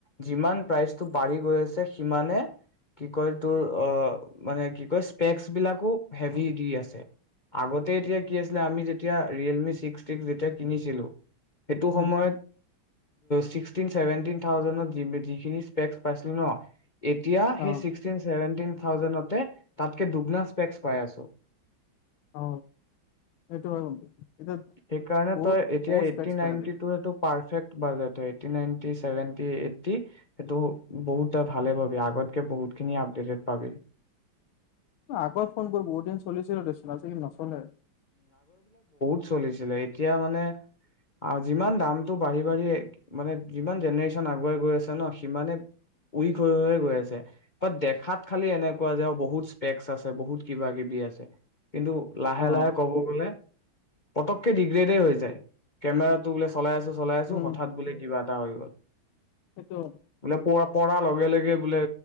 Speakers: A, on the left; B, on the left.
A: যিমান টো বাঢ় গৈ আছে সিমানে কি কয় তোৰ মানে কি কয় স্পেক বিলাকো হেভি দি আছে আগতে এতিয়া কি আছিলে আমি যেতিয়া ৰিয়েলমি্স্স যেতিয়া কিনিছিলো। সেইটো
B: উম,
A: সময়ত, ছিক্সটিন চছেভেনটিন থাউজেণ্ত যিখিনি স্পেকস পাইছিলো ন। এতিয়া সেই
B: অ',
A: চিষ্টিন চেভেন এইটিটিন থাউজেণ্ডতে তাত কে দুগিলাছ পেগকচ পাই আছো।
B: অ এইটো হয় কিন্তু, এতিয়া
A: সেই কাৰণ
B: বহুত
A: তই এতিয়া
B: বহুত
A: এইটি
B: স্পেক্স পাই
A: নাইনটী
B: আজিকালি
A: টো সেইটো পাৰ ফেক বাজেট হয় এইটি নাইন্টি চেভেন্টি এন্টি সেইটো বহুত ভালে পাবি আগতকে বহুতখিনি আপডেটেড পাবি।
B: আগৰ ফোন বোৰ বহুত দিন চলিছিল দেচোন আজি কালি নচলে।
A: ত চলিছিলে এতিয়া মানে যিমান দামতটো বাঢ়ি বাঢ়ি মানে যিমান জেনেৰে্যন আগুৱাই গৈ আছে ন সিমানে উইক হৈ হৈে গৈ আছে বাট দেখাত খালি এনেকুৱা যে আৰু বহুত স্পেক আছে বহুত কিবা কিবি আছে। কিন্তু লাহে
B: অ',
A: লাহে ক'ব গ'লে পটকে ডিগ্ৰেডেই হৈ যায় কেমেৰাটো বোলে চলাই আছো চলাই আছো
B: উম,
A: হঠাৎ বোলে কিবা এটা হৈ গ'ল।
B: সেইটো
A: বোলে পোৱা পাৰ লগে লগে বোলে